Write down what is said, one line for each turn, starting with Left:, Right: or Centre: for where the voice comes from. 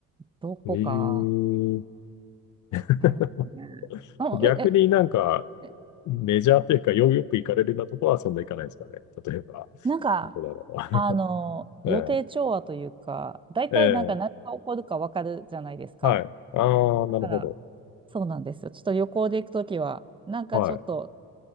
Right: どこか
Left: ええ <laughs>
Right: ありますかね。うんうえ、
Left: 逆になんか、
Right: え
Left: メジャーというか、よ、よく行かれるようなとこはそんな行かないですかね。例えば、
Right: なんか、
Left: どこだろ
Right: あの、
Left: う。
Right: 予定調和というか、
Left: <laughs> え
Right: 大体なんか何が起こるかわかるじゃないですか。
Left: え、ええ、はい。ああ、
Right: だから、
Left: なるほど。
Right: そうなんですよ。ちょっと旅行で行くときは、なんかちょっと
Left: はい。